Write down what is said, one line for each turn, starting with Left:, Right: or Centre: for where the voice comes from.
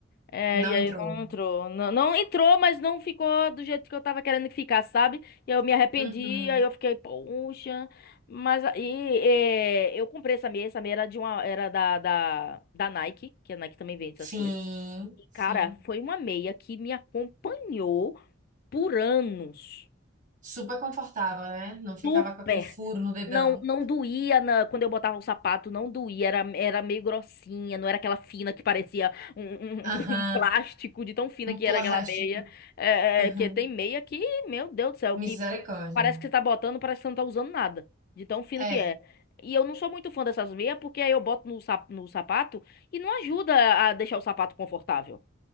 Left: é,
Right: Não
Left: e aí
Right: entrou.
Left: não entrou. Não, não entrou, mas não ficou do jeito que eu tava querendo que ficasse, sabe? E eu me arrependi,
Right: Uhum.
Left: aí eu fiquei, poxa. Mas aí é, eu comprei essa meia, essa meia era de uma, era da, da, da Nike, que a Nike também vende essas
Right: Sim,
Left: coisas. E,
Right: sim.
Left: cara, foi uma meia que me acompanhou por anos.
Right: Super confortável, né? Não ficava
Left: Super.
Right: com aquele furo no dedão.
Left: Não, não doía na- quando eu botava o sapato, não doía, era, era meio grossinha, não era aquela fina que parecia um, um- <laughs>
Right: Aham,
Left: um plástico, de tão fina
Right: um
Left: que
Right: plástico.
Left: era aquela meia. É,
Right: Aham.
Left: é, que tem meia que, meu Deus do céu,
Right: Misericórdia.
Left: que parece que você tá botando, parece que você não tá usando nada, de tão fino
Right: É.
Left: que é. E eu não sou muito fã dessas meias, porque aí eu boto no, sap- no sapato e não ajuda a deixar o sapato confortável.